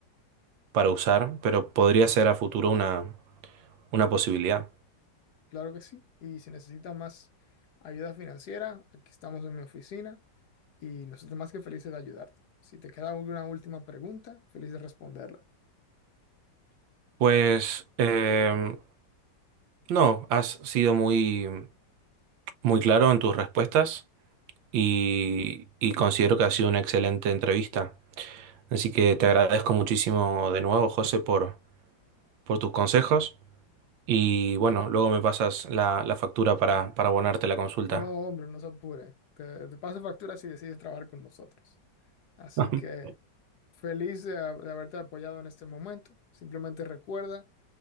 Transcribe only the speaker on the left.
Claro que sí. Y si necesitas más ayuda financiera, aquí estamos en mi oficina. y nosotros más que felices de ayudarte. Si te queda alguna última pregunta, feliz de responderla.
No, hombre, no se apure. Te, te paso factura si decides trabajar con nosotros. Así
que feliz de, ha- de haberte apoyado en este momento. Simplemente recuerda